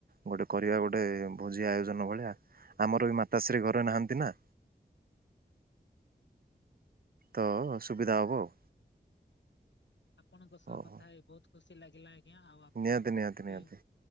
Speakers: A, on the right (about 55°); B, on the left (about 90°).
A: ଗୋଟେ କରିବା ଗୋଟେ ଭୋଜି ଆୟୋଜନ ଭଳିଆ ଆମରବି ମାତାଶ୍ରୀ ଘରେ ନାହାନ୍ତିନା। ତଅ ସୁବିଧା ହବ ଆଉ।
B: ଆପଣଙ୍କ ସହ
A: ହଉ
B: କଥା
A: ହଉ।
B: ହେଇ ବହୁତ୍ ଖୁସି ଲାଗିଲା। ଆଜ୍ଞା ଆଉ ଆପଣ
A: ନିହାତି ନିହାତି
B: କେ
A: ନିହାତି